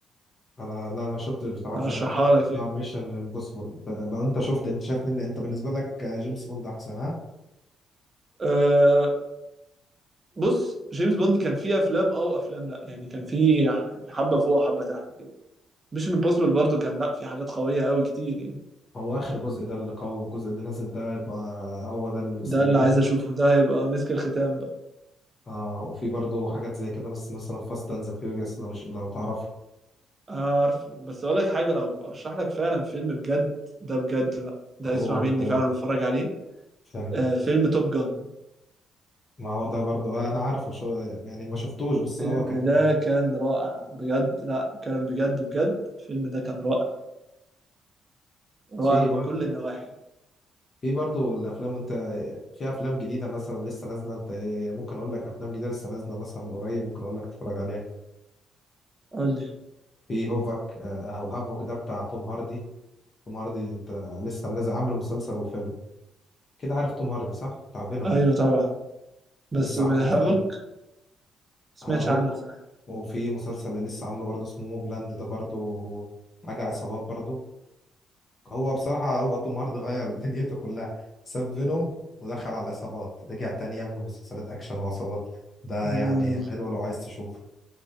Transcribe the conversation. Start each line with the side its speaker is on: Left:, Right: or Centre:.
Left: انا لا ما شفتش بصراحه
Right: ارشحها
Left: مش انا شفت
Right: لك
Left: بتاع
Right: يعني
Left: ميشن امبوسيبل لو انت شفت انت شايف مني انت بالنسبه لك جيمس بوند احسن ها
Right: آه، بص جيمس بوند كان فيه افلام او افلام لا يعني كان فيه حبة فوق وحبة تحت كده ميشن امبوسيبل برضه كان لا في حاجات قوية قوي كتير يعني
Left: هو اخر جزء ده اللي قوي الجزء اللي نازل ده يبقى هو ده اللي مستنين
Right: ده اللي عايز اشوفه ده هيبقى مسك الختام بقى
Left: آه وفي برضه حاجات زي كده بس مثلا فاست اند ذا فيوريوس لو ش... لو تعرفه
Right: آه عارفه بس اقول لك حاجه لو ارشح لك فعلا فيلم بجد ده بجد بقى ده
Left: هو
Right: اسمع
Left: الفيلم
Right: مني فعلا واتفرج عليه
Left: فيلم
Right: آه فيلم توب جان
Left: ما هو ده برضه آه انا عارفه شو يعني ما شفتوش بس
Right: الفيلم
Left: هو كان
Right: ده كان رائع بجد لا كان بجد بجد الفيلم ده كان رائع رائع
Left: في
Right: من
Left: برضه
Right: كل النواحي
Left: في برضه الافلام وانت في افلام جديده مثلا لسه نازله انت إيه، ممكن اقول لك افلام جديده لسه نازله مثلا من قريب ممكن اقول لك تتفرج عليها
Right: قول لي
Left: في هوفك آه، او هافوك ده بتاع توم هاردي توم هاردي انت لسه منزل عامل مسلسل وفيلم كده عارف توم هاردي صح بتاع فينوم
Right: ايوه طبعا بس
Left: لسه
Right: من
Left: عامل
Right: هافك
Left: مسلسل
Right: ما سمعتش
Left: هافوك
Right: عنه بصراحه
Left: وفي مسلسل اللي لسه عامله برضه اسمه موبلاند ده برضه حاجة عصابات برضه هو بصراحة هو توم هاردي غير <laughs> دنيته كلها ساب فينوم ودخل على عصابات رجع تاني يعمل مسلسلات أكشن وعصابات ده
Right: مم،
Left: يعني حلو لو عايز تشوفه